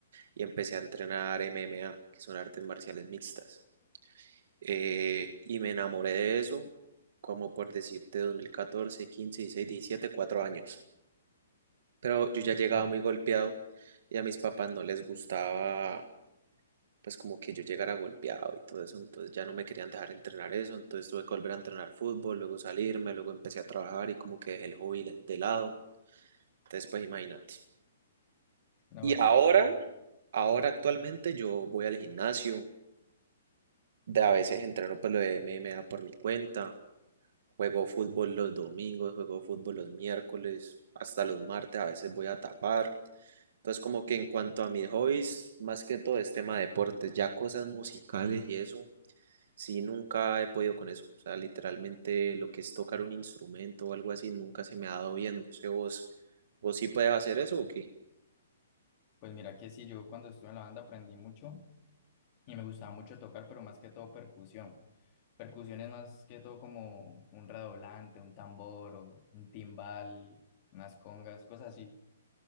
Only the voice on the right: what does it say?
y empecé a entrenar MMA, que son artes marciales mixtas. Eh, y me enamoré de eso, como por decirte, 2014, 15, 16, 17, cuatro años. Pero yo ya llegaba
muy golpeado y a mis papás no les gustaba, pues como que yo llegara golpeado y todo eso, entonces ya no me querían dejar entrenar eso, entonces tuve que volver a entrenar fútbol, luego salirme, luego empecé a trabajar y como que dejé el hobby le- de lado. Entonces, pues imagínate.
Y
ahora,
ahora actualmente yo voy al gimnasio, de a veces entreno pues lo de MMA por mi cuenta. Juego fútbol los domingos, juego fútbol los miércoles, hasta los martes, a veces voy a tapar. Entonces, como que en cuanto a mis hobbies, más que todo es tema de deportes, ya cosas musicales y eso, sí, nunca he podido con eso. O sea, literalmente lo que es tocar un instrumento o algo así, nunca se me ha dado bien. No sé, vos, vos sí puedes hacer eso o qué.